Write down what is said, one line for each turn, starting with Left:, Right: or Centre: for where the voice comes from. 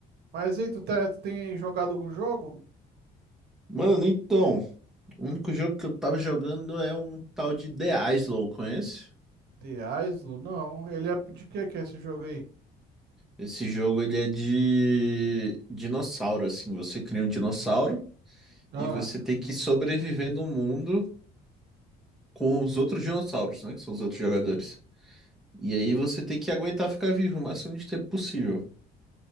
Right: Mas aí, tu, tá- tu tem jogado algum jogo?
Centre: Mano, então, o único jogo que eu tava jogando é um tal de The Islow, conhece?
Right: The Aislo? Não. Ele é de que que é esse jogo aí?
Centre: Esse jogo ele é de dinossauro, assim, você cria um dinossauro
Right: Ah.
Centre: e você tem que sobreviver no mundo com os outros dinossauros, né, que são os outros jogadores. E aí
Right: hum.
Centre: você tem que aguentar ficar vivo o máximo de tempo possível.